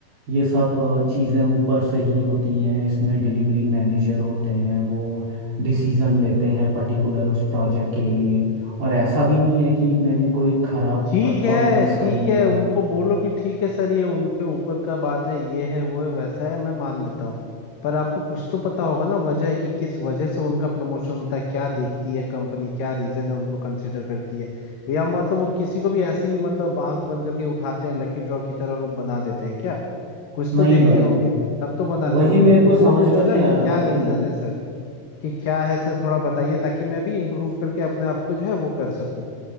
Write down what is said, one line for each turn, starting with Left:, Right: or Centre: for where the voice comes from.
Right: ये सब चीज़ें ऊपर से ही होती हैं इसमें डिलीवरी मैनेजर होते हैं वो डिसीज़न लेते हैं पर्टिकुलर उस प्रोजेक्ट के लिए और ऐसा भी नहीं है कि मैंने कोई ख़राब
Left: ठीक
Right: परफॉर्मेंस
Left: है ठीक
Right: करी हो
Left: है उनको बोलो कि ठीक है सर ये उनके ऊपर का बात है ये है वो है वैसा है मैं मान लेता हूँ पर आपको कुछ तो पता होगा ना वजह कि किस वजह से उनका प्रमोशन होता है क्या देखती है कंपनी क्या रीजन है उनको कंसिडर करती है या मतलब वो किसी को भी ऐसी मतलब आंख बंद करके उठाते हैं लकी ड्रॉ की तरह और बना देते हैं क्या कुछ
Right: नहीं
Left: तो देखते
Right: भाई
Left: होंगे तब तो बनाते
Right: वही
Left: होंगे
Right: मेरे को
Left: तो
Right: समझ
Left: वो पूछो
Right: में नहीं
Left: ना कि
Right: आ रहा
Left: क्या
Right: ना भाई
Left: रीजन है सर कि क्या है सर थोड़ा बताइए ताकि मैं भी इम्प्रूव करके अपने आप को जो है वो कर सकूं